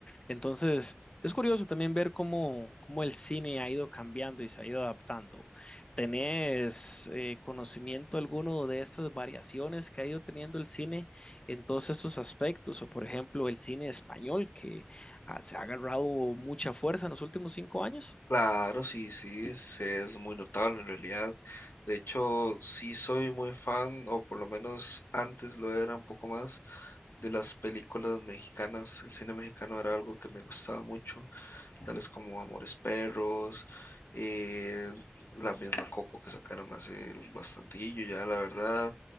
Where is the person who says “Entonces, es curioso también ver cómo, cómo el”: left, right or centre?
Left